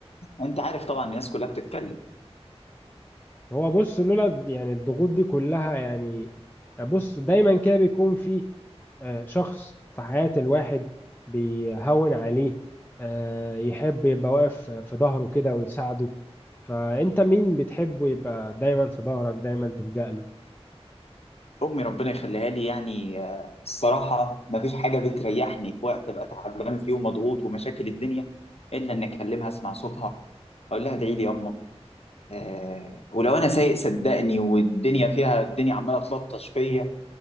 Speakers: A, on the left; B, on the left.
A: انت عارف طبعا الناس كلها بتتكلم
B: هو بص لولا د- يعني الضغوط دي كلها يعني بص دايما كده بيكون في آه، شخص في حياة الواحد بيهون عليه آه، يحب يبقى واقف في ظهره كده ويساعده فأنت مين بتحبه يبقى دايما في ظهرك دايما تلجأ له
A: امي ربنا يخليها لي يعني آه، الصراحه ما فيش حاجه بتريحني في وقت ابقى تعبان فيه ومضغوط ومشاكل الدنيا الا ان اكلمها اسمع صوتها اقول لها ادعي لي يما آه، ولو انا سايق صدقني والدنيا فيها الدنيا عماله تلطش فيا